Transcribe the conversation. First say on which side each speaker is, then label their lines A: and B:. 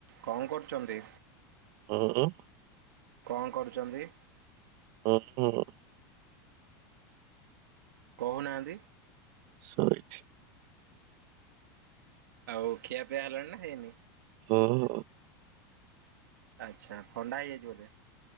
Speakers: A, on the right; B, on the right.
A: କଣ କରୁଚନ୍ତି?
B: ହଁ -ହଁ।
A: କଣ କରୁଚନ୍ତି?
B: ରଥର
A: କହୁନାହାନ୍ତି।
B: ଶୋଇଛି।
A: ଆଉ ଖିଆ ପିଆ ହେଲାଣି ନା ହେଇନି?
B: ହଁ।
A: ଆଚ୍ଛା ଥଣ୍ଡା ହେଇଯାଇଚି ବୋଧେ?